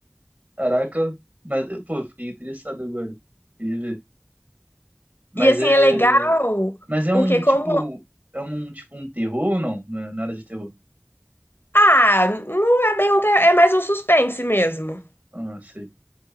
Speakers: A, on the right; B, on the left.
A: Caraca, mas, pô, fiquei interessado agora. Queria ver. Mas
B: E assim
A: é.
B: é legal,
A: Mas é
B: porque
A: um
B: como
A: tipo. É um tipo um terror ou não? Não é nada de terror.
B: Ah, não é bem um terror, é mais um suspense mesmo.
A: Ah, sei.